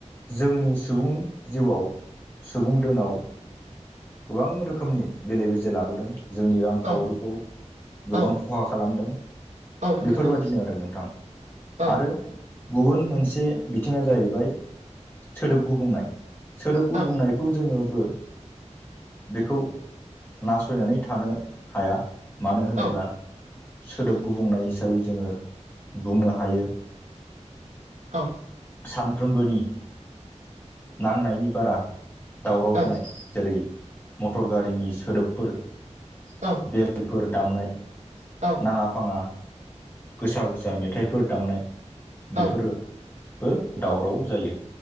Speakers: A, on the left (about 15°); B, on the right (about 75°).
A: जोंनि सुबुं जिउआव सुबुं दोनाव गोबां रोखोमनि बेले बेजे लाबोदों जोंनि रांखावरिखौ
B: औ
A: गोबां
B: औ
A: खहा खालामदों
B: औ नोंथां
A: बेफोरबादिनो
B: औ
A: आरो नोंथां
B: औ
A: आरो गुबुन मोनसे बिथिङा जाहैबाय सोदोब गुबुंनाय सोदोब गुबुंनायखौ
B: औ
A: जोङोबो बेखौ नास सैनानै थानो हाया मानो होनोब्ला
B: औ
A: सोदोब गुबनाय हिसाबै जोङो बुंनो हायो
B: औ
A: सानफ्रोमबोनि नांनायनि बारा दावराव
B: औ
A: जानाय जेरै मटर गारिनि सोदोबफोर
B: औ
A: बेलफोर दामनाय
B: औ
A: नाङा फाङा गोसा गोसा मेथाइफोर दामनाय
B: औ
A: बेफोरोबो दावराव जायो